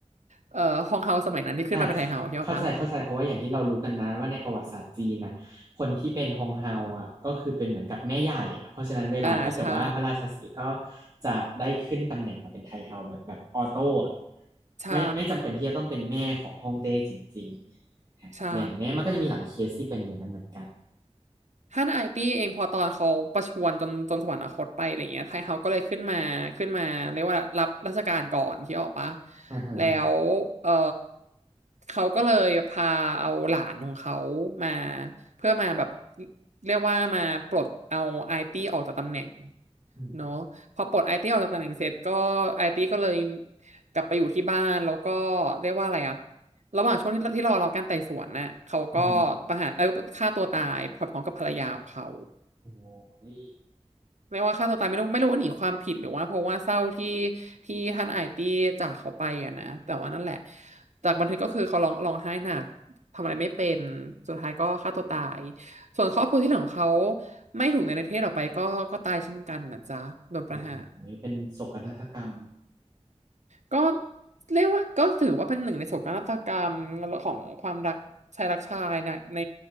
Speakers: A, on the right; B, on the right.
A: เออฮองเฮาสมัยนั้นที่ขึ้นมาเป็นไทเฮาใช่ปะ
B: อ่ะเข้าใจเข้าใจเพราะว่าอย่างที่เรารู้กันนะว่าในประวัติศาสตร์จีนนะคนที่เป็นฮงเฮาอ่ะก็คือเป็นเหมือนกับแม่ใหญ่อ่ะเพราะฉะนั้นเวลาถ้าเกิดว่าพระราชสีห์ก็
A: อ่าใช่
B: จะได้ขึ้นตำแหน่งมาเป็นไทเฮาเหมือนแบบออโต้อ่ะ
A: ใช่
B: ไม่ไม่จำเป็นที่จะต้องเป็นแม่ของฮองเต้จริงๆอ่ะอย่างเนี้ยมันก็จะมีหลายเคสที่เป็นอย่างนั้นเหมือนกัน
A: ใช่ ท่านไอตี้เองพอตอนเขาประชวรจนจนสวรรคตไปอะไรเงี้ยไทเฮาก็เลยขึ้นมาขึ้นมาเรียกว่ารับราชการก่อนที่ออกปะ
B: อ่าฮะ
A: แล้วเออเขาก็เลยพาเอาหลานของเขามาเพื่อมาแบบเรียกว่ามาปลดเอาไอตี้ออกจากตำแหน่ง
B: อืม
A: เนาะพอปลดไอตีออกจากตำแหน่งเสร็จก็ไอตีก็เลยกลับไปอยู่ที่บ้านแล้วก็เรียกว่าอะไรอะระหว่างช่วงที่ที่รอเราการไต่สวนน่ะเขาก็ประหารเออฆ่าตัวตายพร้อมกับภรรยาของเขา
B: อืมโอ้ย
A: ไม่ว่าฆ่าตัวตายไม่รู้ไม่รู้ว่าหนีความผิดหรือว่าเพราะว่าเศร้าที่ที่ท่านไอตีจากเขาไปอะนะแต่ว่านั่นแหละจากบันทึกก็คือเขาร้องร้องไห้หนักทำอะไรไม่เป็นสุดท้ายก็ฆ่าตัวตายส่วนครอบครัวที่เหลือของเขาไม่ถูกในประเทศออกไปก็ก็ตายเช่นกันนะจ๊ะโดนประหาร
B: โอ้ยเป็นโศกนาฏกรรม
A: ก็เรียกว่าก็ถือว่าเป็นหนึ่งในโศกนาฏกรรมของความรักชายรักชายนะใน